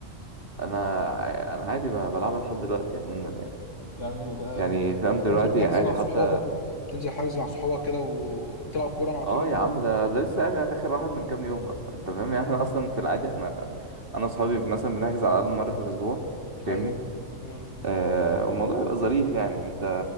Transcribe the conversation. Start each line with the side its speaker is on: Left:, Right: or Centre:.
Right: انا ع- انا عادي ب- بلعبها لحد دلوقتي عموما يعني
Left: يعني بقى
Right: يعني
Left: بقى
Right: فاهم
Left: بتنزل
Right: دلوقتي
Left: حجز
Right: عادي
Left: مع صحابك
Right: حتى
Left: و- بتنزل حجز مع صحابك كده و- وبتلعب كوره على
Right: اه
Left: طول يعني
Right: يا عم ده ده لسه اخر, آخر واحد من كام يوم اصلا انت فاهم يعني احنا اصلا في العادي احنا انا وصحابي مثلا بنحجز على الاقل مره في الاسبوع
Left: ايوه
Right: فاهمني
Left: امم
Right: آه والموضوع بيبقى ظريف يعني انت